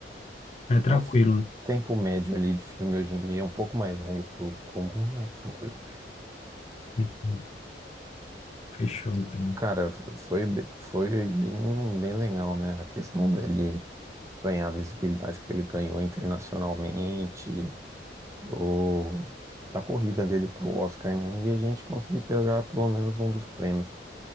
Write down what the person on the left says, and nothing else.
É, é tranquilo.
né? Fechou, então.